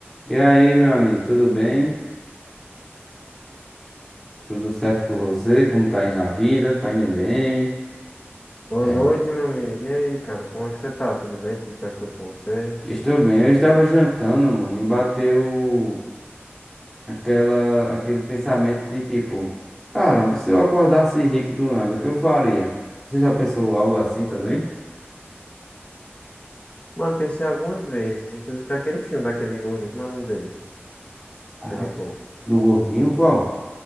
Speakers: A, in the centre; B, on the left (about 30°).
A: E aí, meu amigo, tudo bem? Tudo certo com você? Como tá aí na vida? Tá indo bem?
B: Boa
A: É,
B: noite, meu amigo. E aí, cara, como é que você tá? Tudo bem? Tudo tranquilo com você?
A: estou bem. Eu estava jantando, mano, e bateu aquela, aquele pensamento de tipo, caramba, e se eu acordasse rico do nada, o que eu faria? Você já pensou algo assim também?
B: Mano, pensei algumas vezes, inclusive tem aquele filme daquele gordinho, como é o nome dele?
A: Ah,
B: Aquele
A: é
B: ator.
A: tu- Do gordinho, qual?